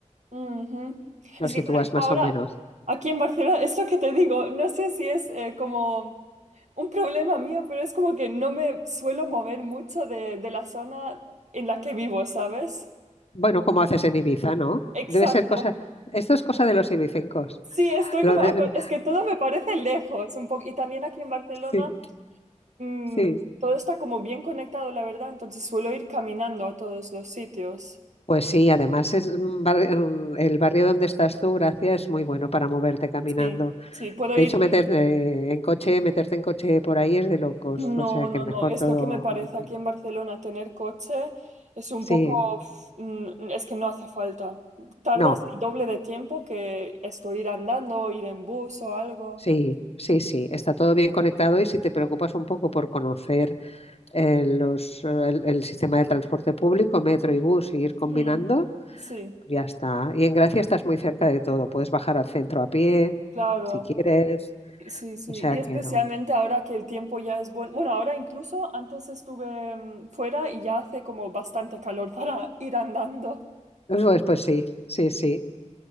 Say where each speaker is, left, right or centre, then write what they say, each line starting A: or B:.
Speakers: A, on the right (about 70°); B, on the left (about 55°).
A: Ujú.
B: lo
A: Es
B: sitúas
A: que claro, yo
B: más
A: ahora
B: o menos.
A: aquí en Barcelona, esto que te digo, no sé si es eh, como un problema mío, pero es como que no me suelo mover mucho de, de la zona en la que vivo, ¿sabes?
B: Bueno, como haces en Ibiza, ¿no?
A: Exacto.
B: Debe ser cosa, esto es cosa de los ibicencos.
A: Sí, estoy
B: Lo
A: como,
B: de-
A: aco- es que todo me parece lejos un poco, y también aquí en Barcelona
B: Sí,
A: mm,
B: sí.
A: todo está como bien conectado, la verdad, entonces suelo ir caminando a todos los sitios.
B: Pues sí, además es un bar- un- el barrio donde estás tú, Gracia, es muy bueno para moverte caminando.
A: Sí, sí, puedo
B: De
A: ir.
B: hecho, meterte en coche, meterte en coche por ahí es de locos,
A: No,
B: o sea
A: no,
B: que mejor
A: no, es
B: todo
A: lo que me parece
B: a
A: aquí
B: pie.
A: en Barcelona tener coche es un
B: Sí,
A: poco, uf, mm, es que no hace falta. Tardas
B: no.
A: el doble de tiempo que esto ir andando, ir en bus o algo.
B: Sí, sí, sí, está todo bien conectado y si te preocupas un poco por conocer eh, los, eh, el, el sistema de transporte público, metro y bus, y ir combinando,
A: Mm, Sí,
B: ya está. Y en Gracia estás muy cerca de todo, puedes bajar al centro a pie
A: claro.
B: si quieres,
A: Sí, sí,
B: o sea
A: y especialmente
B: que no.
A: ahora que el tiempo ya es bueno. Bueno, ahora incluso antes estuve mm, fuera y ya hace como bastante calor <laughs> para ir andando.
B: Pues, pues sí, sí, sí.